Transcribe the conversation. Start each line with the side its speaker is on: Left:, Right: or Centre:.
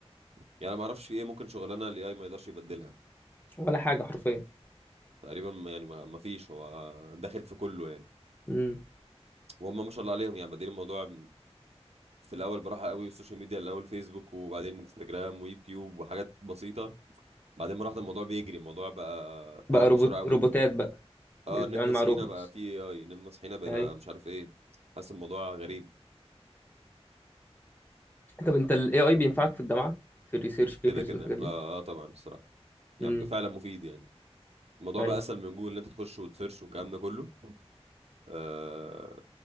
Right: يعني انا ما اعرفش في ايه ممكن شغلانه الاي اي ما يقدرش يبدلها
Left: ولا حاجة حرفيا
Right: تقريبا ما- يعني ما ما فيش هو داخل في كله يعني
Left: امم
Right: وهم ما شاء الله عليهم يعني بادئين الموضوع في الاول براحه قوي السوشيال ميديا الاول فيسبوك وبعدين انستجرام ويوتيوب وحاجات بسيطه بعدين براحه الموضوع بيجري الموضوع بقى اتطور
Left: بقى روبوت
Right: بسرعه قوي
Left: روبوتات بقى بتتعامل
Right: اه نمنا
Left: مع
Right: صحينا
Left: روبوتس
Right: بقى في اي اي نمنا صحينا بقينا
Left: ايوه
Right: مش عارف ايه حاسس الموضوع غريب
Left: طب انت ال AI بينفعك في الجامعة في الريسيرش بيبرز
Right: كده كده
Left: والحاجات
Right: لا
Left: دي
Right: آه طبعا الصراحه يعني
Left: امم
Right: بقى فعلا مفيد يعني الموضوع
Left: ايوه
Right: بقى اسهل من جوجل ان انت تخش وتسيرش والكلام ده كله آه